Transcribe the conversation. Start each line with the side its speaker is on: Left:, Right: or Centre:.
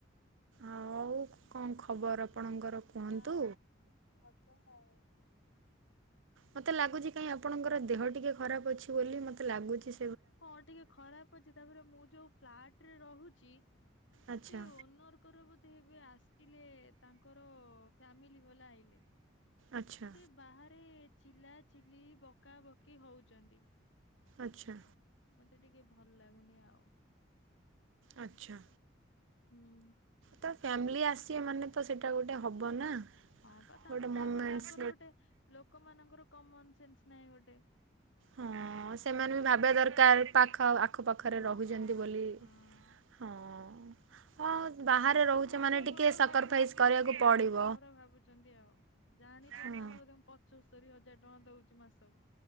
Right: ଆ ଆଉ କଣ ଖବର ଆପଣଙ୍କର? କୁହନ୍ତୁ?
Left: ନା ଆଉ ତ ମୁଁ ଭଲ ନାଁହିଁ
Right: ମତେ ଲାଗୁଛି କାହିଁ ଆପଣଙ୍କର ଦେହ ଟିକେ ଖରାପ ଅଛି ବୋଲି ମତେ ଲାଗୁଚି।
Left: ହଁ ଟିକେ ଖରାପ୍ ଅଛି ତାପରେ ମୁଁ ଯୋଉ ଫ୍ଲାଟରେ ରହୁଚି
Right: ଆଚ୍ଛା
Left: ସେ ଓନର ତାକଙ୍କର ବୋଧେ ହେବେ ଆସିଲେ ତାଙ୍କର ଫ୍ୟାମିଲି ବଲା ଆଇଲେ।
Right: ଆଚ୍ଛା
Left: ସେ ବାହାରେ ଚିଲା ଚିଲି ବକାାବକି ହଉଛନ୍ତି।
Right: ଆଛା।
Left: ମତେ ଟିକେ ଭଲ ଲାଗୁନି ଆଉ।
Right: ଆଚ୍ଛା।
Left: ହୁଁ
Right: ତ ଫ୍ୟାମିଲି ଆସିବେ ମାନେ ତ ସେଟା ଗୋଟେ ହବ ନା।
Left: ହଁ ବା ତାପରେ
Right: ଗୋଟେ ମୋମେଣ୍ଟସ୍
Left: ତାଙ୍କର ଗୋଟେ ଲୋକ ମାନଙ୍କର କମନ୍ ସେନ୍ସ ନାହିଁ ଗୋଟେ।
Right: ହଁ ସେମାନେ ବି ଭାବିବା ଦରକାର ପାଖ ଆଖ ପାାଖରେ
Left: ହଁ
Right: ରହୁଛନ୍ତି ବୋଲି।
Left: ହଁ।
Right: ହଁ। ହଁ ବାହାରେ
Left: ହଁ
Right: ରହୁଛେ
Left: ନିଜ
Right: ମାନେ ଟିକେ
Left: ଘର
Right: ସାକ୍ରିଫାଇସ୍
Left: ଭାବୁଚନ୍ତି
Right: କରିବାକୁ
Left: ଆଉ
Right: ପଡ଼ିବ।
Left: ନିଜ ଘର ଭାବୁଚନ୍ତି ଆଉ। ଜାଣି ପାରୁନାହାନ୍ତି
Right: ହଁ।
Left: ବୋଧେ ମୁଁ ପଞ୍ଚସ୍ତରୀ ହଜାର ଟଙ୍କା ଦଉଛି ମାସକୁ।